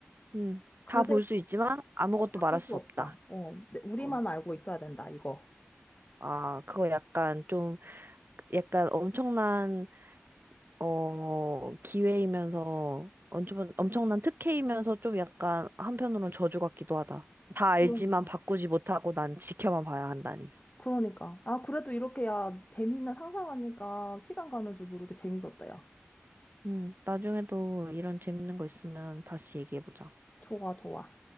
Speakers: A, on the right; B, on the left.
A: 음,
B: 그
A: 다 볼
B: 대신,
A: 수 있지만 아무것도
B: 어, 바꿀
A: 말할
B: 수
A: 수
B: 없다.
A: 없다.
B: 어, 내- 우리만
A: 어,
B: 알고 있어야 된다, 이거.
A: 아, 그거 약간 좀 약간 엄청난 어 기회이면서 엄청 엄청난 특혜이면서 좀 약간 한편으로는 저주 같기도 하다. 다 알지만
B: 그러니까.
A: 바꾸지 못하고 난 지켜만 봐야 한다니.
B: 그러니까. 아, 그래도 이렇게, 야, 재미있나 상상하니까, 시간 가는 줄 모르게 재밌었다, 야.
A: 음, 나중에도 이런 재밌는 거 있으면 다시 얘기해보자.
B: 좋아, 좋아.